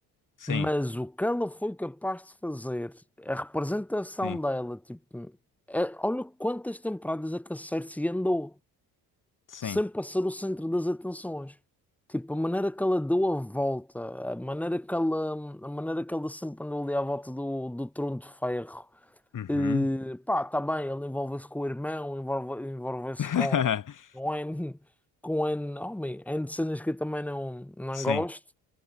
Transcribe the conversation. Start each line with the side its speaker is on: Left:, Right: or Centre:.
Left: Sim,
Centre: Mas o que ela foi capaz de fazer, a representação
Left: sim,
Centre: dela, tipo, é- olha quantas temporadas é que a Cersei andou,
Left: sim.
Centre: sem passar o centro das atenções. Tipo, a maneira que ela deu a volta, a maneira que ela, a maneira que ela sempre andou ali à volta do, do trono de ferro.
Left: Uhum.
Centre: Eh, pá, tá bem, ele envolve-se com o irmão, envolve- envolve-se
Left: <laughs>
Centre: com com um N, com um N, homem, N de cenas que eu também não, não
Left: Sim.
Centre: gosto,